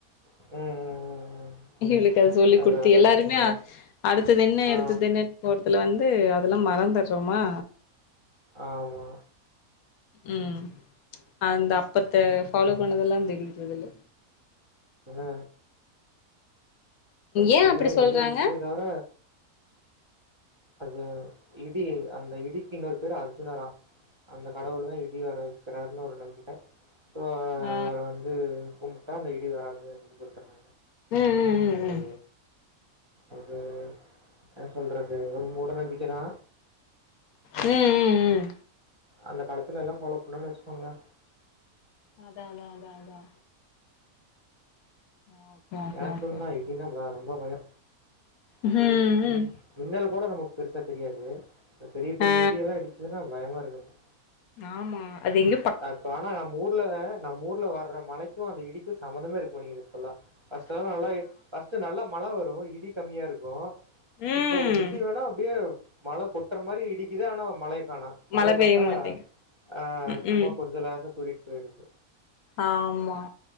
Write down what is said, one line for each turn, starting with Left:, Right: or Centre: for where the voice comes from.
Right: ம் ம் ம் ம்
Left: இவளுக்கு அத சொல்லிக்
Right: அதான்,
Left: குடுத்து
Right: அதான்.
Left: எல்லாருமே அடுத்தது என்ன
Right: ஆ,
Left: அடுத்தது என்ன போறதுல வந்து அதெல்லா மறந்தட்றோமா
Right: ஆமா
Left: ம் அந்த அப்பத்த ஃபாலோ பண்ணதெல்லா தெரியது இதுல
Right: ஏன்னா
Left: ஏ
Right: பயங்கர
Left: அப்டி சொல்றாங்க
Right: இடி இடிக்கத் தவர அது இடி அந்த இடிக்கு இன்னொரு பேரு அர்ஜுனரா அந்த கடவுள் தா இடி வர வெக்கிறாருன் ஒரு நம்பிக்க சோ அவர
Left: ஆ
Right: அவர வந்து கும்பிட்டா அந்த இடி வராது அப்டின் சொல்றாங்க
Left: ம் ம்
Right: அது
Left: ம்
Right: அது என்ன சொல்ற து ஒரு மூட நம்பிக்கதா
Left: ம் ம் ம் ம்
Right: அந்த காலத்துலெல்லா ஃபாலோ பண்ணன் வெச்சுக்கோங்ளே
Left: அதா அதா அதா அதா <unintelligible>
Right: எனக்குந்தா
Left: ஓகே
Right: இடின்னா ரொம்ப பயோ இடி
Left: ம்
Right: இடிச்சு
Left: ம்
Right: மின்னல் கூட நமக் கு பெருசா தெரியாது பெரிய பெரிய
Left: ஆ
Right: இடியெல்லா இடிச்சதுனா பயமா இருக்கு எனக்கு
Left: ஆமா அது எங்க
Right: பட் ஆனா நம்ம ஊர்ல நம்ம ஊர்ல வர்ற மழைக்கு அந்த இடிக்கு சம்மந்தமே இருக்க மாட்டேங்கது இப்பல்லா ஃபர்ஸ்ட்டு எல்லா நல்ல ஃபர்ஸ்ட்டு நல்லா மழ வரு இடி கம்மியா இருக்கு
Left: ம்
Right: இப்போ இடி வருனா அப்டியே மழ கொட்ற மாரி இடிக்குது ஆனா மழய காணோ மழைய
Left: மழ
Right: பாத்தா
Left: பெய்ய மாட்டேங்கு
Right: ஆ
Left: ம் ம்
Right: கொஞ்ச லேசா தூரிட் போயிருது
Left: ஆம்மா